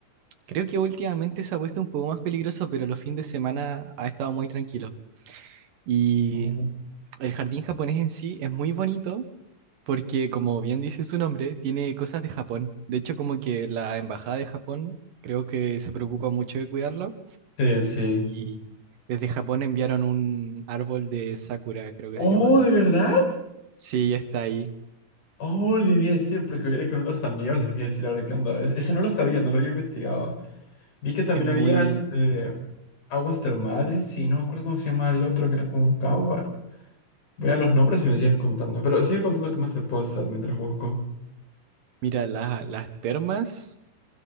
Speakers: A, on the right; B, on the left.
A: Creo que últimamente se ha puesto un poco más peligroso, pero los fines de semana ha estado muy tranquilo. Y
B: Oh.
A: el jardín japonés en sí es muy bonito porque, como bien dice su nombre, tiene cosas de Japón. De hecho, como que la embajada de Japón creo que se preocupa mucho de cuidarlo
B: Sí, sí.
A: y desde Japón enviaron un árbol de sakura, creo que
B: Oh,
A: se llama.
B: ¿de verdad?
A: Sí, está ahí.
B: Oh, le voy a decir, porque voy a ir con unos amigos, les voy a decir ahora qué onda. Ese ese no lo sabía, no lo había investigado. Vi que también
A: Es muy...
B: había este aguas termales y no me acuerdo cómo se llama el otro, que era como un cabo. a- Voy a los nombres y me sigues contando. Pero sigue contando qué más se puede hacer mientras busco.
A: Mira, la- las termas,